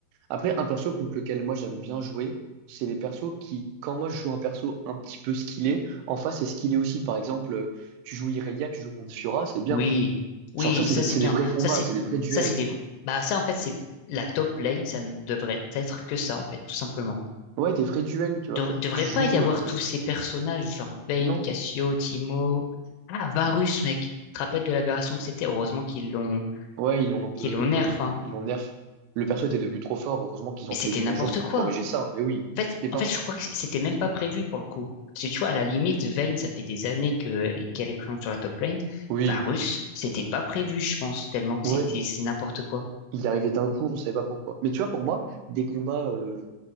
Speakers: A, on the right; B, on the left.
A: Après, un perso contre lequel moi j'aime bien jouer, c'est les persos qui, quand moi je joue un perso un petit peu skillé, en face c'est skillé aussi. Par exemple, euh, tu joues Irelia, tu joues contre Fiora, c'est bien.
B: Oui, oui,
A: Genre ça, c'est
B: ça
A: des,
B: c'est
A: c'est
B: bien.
A: des vrais combats,
B: Ça c'est,
A: c'est des vrais duels.
B: ça c'est des, bah, ça en fait, c'est la top lane, ça ne devrait être que ça, en fait, tout simplement.
A: Ouais, des vrais duels, tu vois.
B: dev- devrait
A: Tu
B: pas
A: joues...
B: y avoir
A: euh,
B: tous ces personnages, genre Vayne,
A: Non,
B: Cassio, Timo. Ah, Varus, mec. Tu te rappelles de l'aberration que c'était? Heureusement qu'ils l'ont,
A: Ouais, ils l'ont un peu,
B: qu'ils l'ont nerf,
A: ouais,
B: hein.
A: ils l'ont nerf. Le perso était devenu trop fort. Heureusement qu'ils
B: Mais
A: ont
B: c'était
A: fait une mise
B: n'importe
A: à jour pour
B: quoi.
A: corriger ça. Mais oui.
B: En fait,
A: Mais par,
B: en fait, je crois que c'était même pas prévu pour le coup. Parce que tu vois, à la limite, Vayne, ça fait des années que, qu'elle est présente sur la top lane.
A: oui,
B: Varus, c'était pas prévu, je pense, tellement que
A: ouais.
B: c'était, c'est n'importe quoi.
A: Il est arrivé d'un coup, on savait pas pourquoi. Mais tu vois, pour moi, des combats, euh,